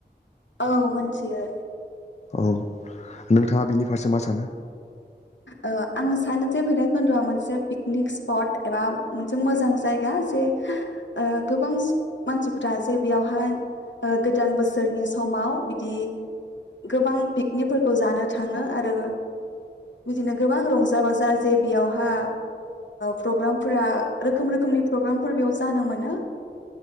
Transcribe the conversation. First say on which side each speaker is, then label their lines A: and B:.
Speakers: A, on the left; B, on the left.
A: औ मोनथियो।
B: औ नोंथाङा बिनि फारसे मा सानो?
A: ओ आं सानो जे भैराबखुन्द'आ मोनसे पिकनिक स्पट एबा मोनसे मोजां जायगा जे ओ गोबां मानसिफोरा जे बेयावहाय गोदान बोसोरनि समाव बिदि गोबां पिकनिकफोरखौ जानो थाङो आरो बिदिनो गोबां रंजा- बाजा जे बेयावहा प्रग्रामफोरा रोखोम- रोखोमनि प्रग्रामफोर बेयाव जानो मोनो।